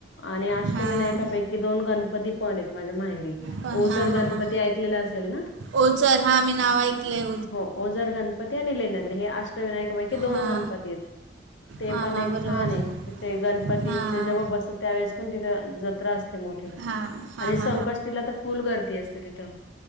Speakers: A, on the left; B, on the right.
A: आणि अष्टविनायकापैकी
B: हां
A: दोन गणपती पण आहेत माझ्या माहेरी.
B: प-
A: ओझर
B: हां
A: गणपती
B: हां हां
A: ऐकलेला असेल ना,
B: ओझर हां मी नाव ऐकलं आहे
A: हो ओझर गण पती आणि लेनाद्री हे अष्टविनायकापैकी दोन
B: हां
A: गणपतीयत. ते
B: हां
A: पण
B: हां
A: एक
B: बरोबर
A: छानय तिथे गणपतीचे
B: हां
A: जेव्हा बसत त्यावेळेस पण तिथे जत्रा असते मोठी.
B: हा हा
A: आणि
B: हा.
A: संकष्टीला तर फुल गर्दी असते तिथं.